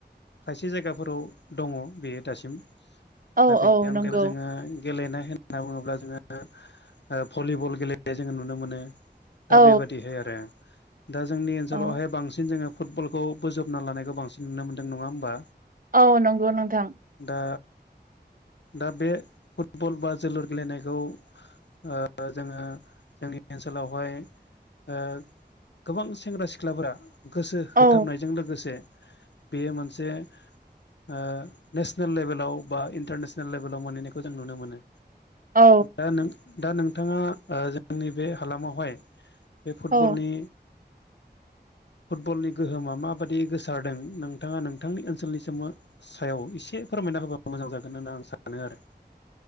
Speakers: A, on the left; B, on the right.
A: खायसे जायगाफोराव दङ बेयो दासिम,
B: औ
A: दा बेनि
B: औ
A: अनगायैबो
B: नंगौ
A: जोङो गेलेनाय होनना बुङोब्ला ओ जोङो भलिबल गेलेनाय जोङो नुनो मोनो। दा
B: औ
A: बेबादिहाय आरो दा जोंनि ओनसोलावहाय
B: औ
A: बांसिन जोङो फुटबलखौ बोजब ना लानायखौ बांसिन नुनो मोनदों नङा होमबा!
B: औ नंगौ नोंथां।
A: दा दा बे फुटबल बा जोलुर गेलेनायखौ ओ जोङो जोंनि ओनसोलावहाय ओ गोबां सेंग्रा सिख्लाफोरा गोसो
B: औ
A: होथाबनायजों लोगो से बेयो मोनसे ओ नेसनेल लेभेलाव बा इन्टारनेसनेल लेभेलाव मोनहैनायखौ जों नुनो मोनो
B: औ
A: दा नों दा नोंथाङा जोंनि बे हालामावहाय बे फुटबलनि
B: औ
A: फुटबलनि गोहोमा माबा दि गोसारदों नोंथाङा नोंथांनि ओनसोलनि सोमो सायाव एसे फोरमायना होबा मोजां जागोन होन्नानै आं सानो आरो